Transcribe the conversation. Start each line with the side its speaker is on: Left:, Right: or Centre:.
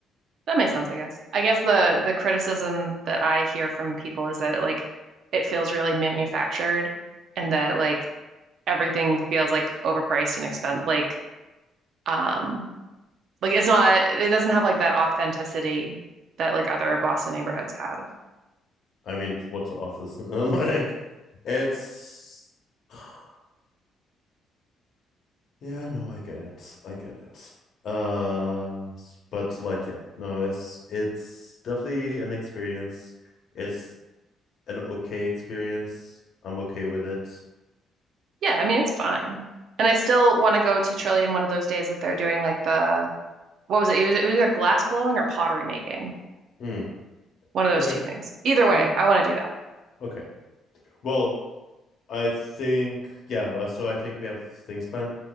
Right: That makes sense, I guess. I guess the the criticism that I hear from people is that it like it feels really manufactured and that like everything feels like overpriced and expensive like um like it's not it doesn't have like that authenticity that like other Boston neighborhoods have.
Left: I mean, what's the author's <laughs> like? It's <sighs> yeah, no, I get it, I get it. Uh, but like, yeah, no, it's it's definitely an experience. It's an okay experience. I'm okay with it.
Right: Yeah, I mean it's fine. And I still want to go to Trillium one of those days that they're doing like the what was it? It was, it was either glass blowing or pottery making.
Left: Mm,
Right: One of those
Left: okay,
Right: two things. Either way,
Left: yeah,
Right: I want to do that.
Left: okay. Well, I think yeah. Uh, so I think we have things planned.